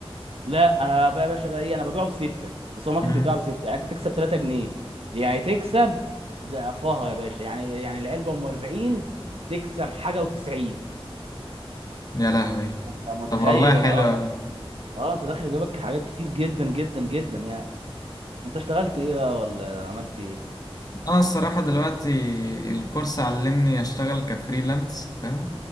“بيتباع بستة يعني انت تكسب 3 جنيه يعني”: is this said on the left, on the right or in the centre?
Right